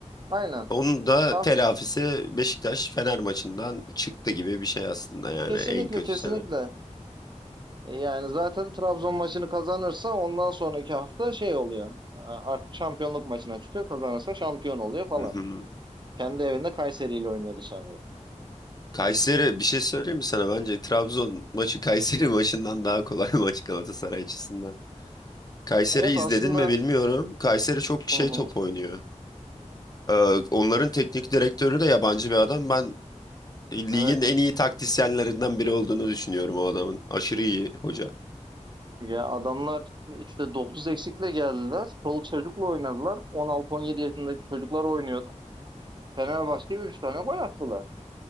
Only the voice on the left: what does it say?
Onun da
telafisi Beşiktaş-Fener maçından çıktı gibi bir şey aslında yani
en kötü
sene.
Hı hı.
Kayseri bir şey söyleyeyim mi sana? Bence Trabzon maçı Kayseri <laughs> maçından daha kolay <laughs> maç Galatasaray açısından. Kayseri
izledin
mi bilmiyorum. Kayseri çok
şey
top oynuyor. Ee, onların teknik direktörü de yabancı bir adam. Ben ligin
en iyi taktisyenlerinden biri olduğunu düşünüyorum o adamın. Aşırı iyi hoca.